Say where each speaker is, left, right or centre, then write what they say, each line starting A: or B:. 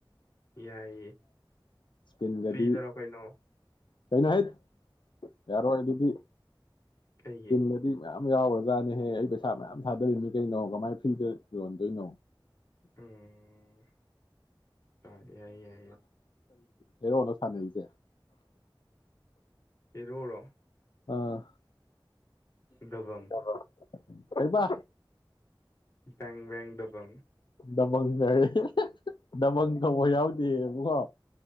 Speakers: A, on the left; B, on the left.
A: ꯌꯥꯏꯌꯦ
B: ꯏꯁꯄꯤꯟꯒꯗꯤ
A: ꯐ꯭ꯔꯤꯗꯔꯣ ꯀꯩꯅꯣ
B: ꯀꯩꯅꯣ ꯍꯥꯏ ꯌꯥꯔꯣꯏ ꯑꯗꯨꯗꯤ
A: ꯀꯩꯒꯤ
B: ꯀꯗꯤ ꯌꯥꯝ ꯌꯥꯎꯔ ꯖꯥꯠꯅꯦꯍꯦ ꯑꯩ ꯄꯩꯁꯥ ꯃꯌꯥꯝ ꯊꯥꯗꯔꯤꯕꯃꯤ ꯀꯩꯅꯣ ꯀꯃꯥꯏ ꯐ꯭ꯔꯤꯗ ꯌꯣꯟꯗꯣꯏꯅꯣ
A: ꯎꯝ ꯑ ꯌꯥꯏ ꯌꯥꯏ
B: ꯑꯦꯔꯣ ꯅ ꯊꯅꯦꯁꯦ
A: ꯏꯔꯔ
B: ꯑꯥ
A: ꯗꯕꯪ
B: ꯑ ꯑꯣꯏꯣꯏꯕ
A: ꯕꯦꯡ ꯦꯡꯦꯡ ꯗꯕꯪ
B: ꯗꯕꯪ ꯉꯔꯦ ꯗꯕꯪ ꯀꯧꯕ ꯌꯥꯎꯗꯦꯕꯀꯣ